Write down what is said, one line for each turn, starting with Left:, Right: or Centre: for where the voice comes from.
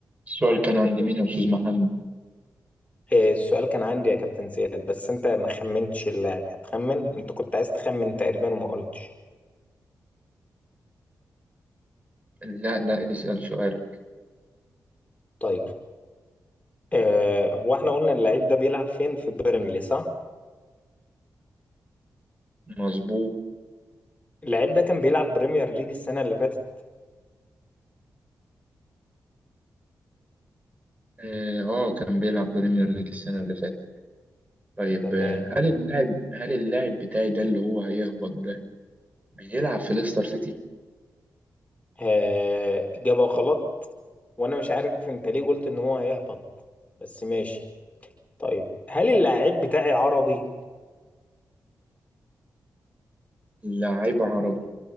Right: السؤال
Left: اهلا
Right: كان
Left: يا
Right: عند
Left: كابتن
Right: مين
Left: زياد
Right: يا أستاذ محمد؟
Left: إيه، السؤال كان عندي يا كابتن زياد بس انت ما خمنتش اللاعب هتخمن انت كنت عايز تخمن تقريبا وما قلتش
Right: لا لا اسأل سؤال
Left: طيب اه هو احنا قلنا اللعيب ده بيلعب فين في بيرنلي صح
Right: مظبوط
Left: اللعيب ده كان بيلعب بريمير ليج السنة اللي فاتت
Right: آه آه، كان بيلعب بريمير ليج السنة اللي فاتت طيب
Left: تمام
Right: آه، هل اللاعب هل اللاعب بتاعي ده اللي هو هيهبط ده بيلعب في ليستر سيتي؟
Left: اه جابها غلط وانا مش عارف انت ليه قلت ان هو هيهبط بس ماشي طيب هل اللاعب بتاعي عربي
Right: لاعب عربي